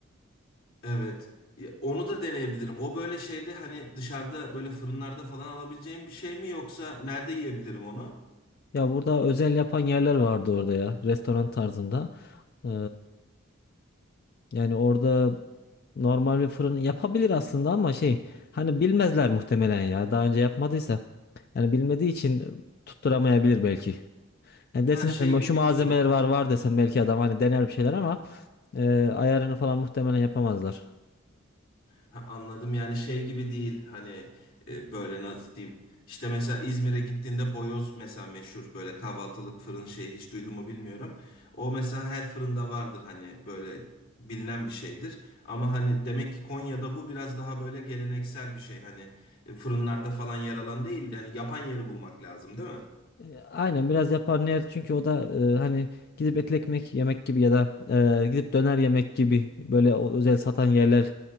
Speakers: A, on the left; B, on the left.
A: Evet. Ya, Onu da deneyebilirim. O böyle şeyde hani dışarıda böyle fırınlarda falan alabileceğim bir şey mi yoksa nerede yiyebilirim onu?
B: Ya burada özel yapan yerler vardı orada ya restoran tarzında. Ee, yani orada normal bir fırın yapabilir aslında ama şey hani bilmezler muhtemelen ya daha önce yapmadıysa. Yani bilmediği için tutturamayabilir belki. Yani desin
A: Ha şey
B: hani
A: gibi
B: şu malzemeler
A: değil.
B: var var desem belki adam hani dener bir şeyler ama e, ayarını falan muhtemelen yapamazlar.
A: Ha, anladım yani şey gibi değil hani e, böyle nasıl diyeyim. İşte mesela İzmir'e gittiğinde boyoz mesela meşhur böyle kahvaltılık fırın şeyi hiç duydun mu bilmiyorum. O mesela her fırında vardır hani böyle bilinen bir şeydir. Ama hani demek ki Konya'da bu biraz daha böyle geleneksel bir şey hani e, fırınlarda falan yer alan değil de hani yapan yeri bulmak lazım değil mi?
B: E, Aynen biraz yapar yaparlar çünkü o da e, hani gidip etli ekmek yemek gibi ya da e, gidip döner yemek gibi böyle o, özel satan yerler